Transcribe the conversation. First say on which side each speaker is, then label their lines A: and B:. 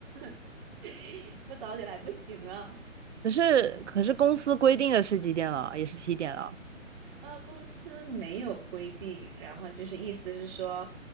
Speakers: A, on the right; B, on the right.
A: <laughs> 不早点来不行啊！
B: 可是可是公司规定的是几点了？也是七点了。
A: 啊，公司没有规定，然后就是意思是说，